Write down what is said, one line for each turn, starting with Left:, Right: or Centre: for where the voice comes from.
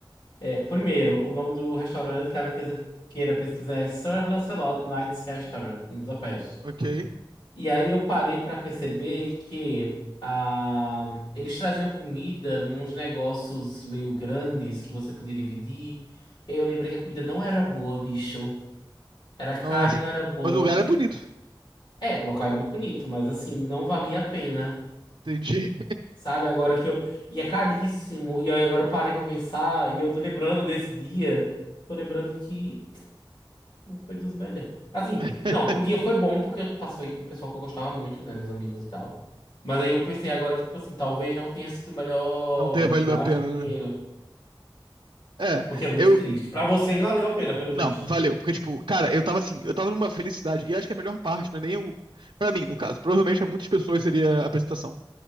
Left: É, primeiro, o nome do restaurante, caso queira queira pesquisar, é Sir Lancelot Knights Restaurant, em Budapeste.
Right: Ok.
Left: E aí eu parei pra perceber que ah, eles traziam comida nos negócios meio grandes que você podia dividir. E eu lembrei que a comida não era boa, bicho. Era cara
Right: Nossa.
Left: e não era boa.
Right: Mas o lugar é bonito.
Left: É, o local é muito bonito, mas assim, não valia a pena.
Right: Entendi.
Left: Sabe, agora que eu. E é caríssimo. E aí agora eu parei pra pensar. E eu tô lembrando desse dia. Tô lembrando que não foi dos melhores. Assim,
Right: <laughs>
Left: não, o dia foi bom porque eu passei com o pessoal que eu gostava muito, né? Meus amigos e tal. Mas aí eu pensei agora que, tipo assim, talvez não tenha sido o melhor
Right: Não ter valido
Left: gasto
Right: a pena,
Left: de dinheiro.
Right: né? É,
Left: O que é muito
Right: eu,
Left: triste. Pra você que valeu a pena, pelo
Right: Não,
Left: visto.
Right: valeu, porque, tipo, cara, eu tava assim, eu tava numa felicidade, e acho que a melhor parte, não é nem o. Pra mim, no caso, provavelmente pra muitas pessoas seria a apresentação.